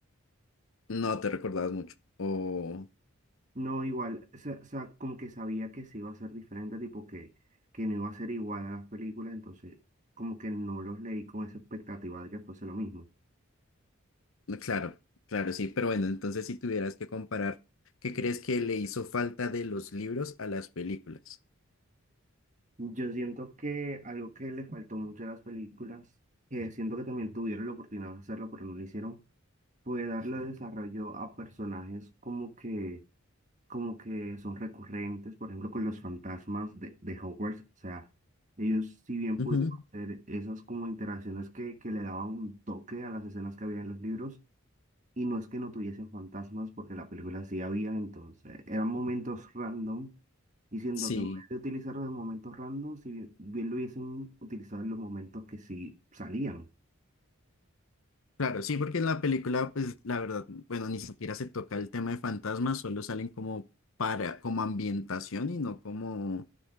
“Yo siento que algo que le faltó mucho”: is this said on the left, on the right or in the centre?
Right